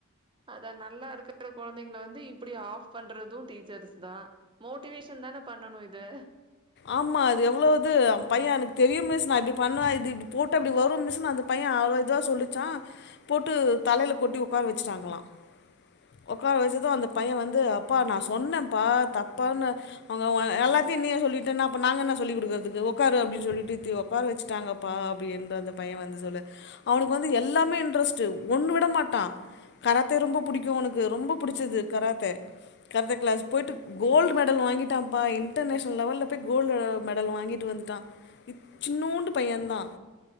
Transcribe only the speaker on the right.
அதான் நல்லா இருக்கற குழந்தைகள வந்து இப்படி ஆஃப் பண்றதும் டீச்சர்ஸ் தான் மோட்டிவேஷன் தானே பண்ணனும் இது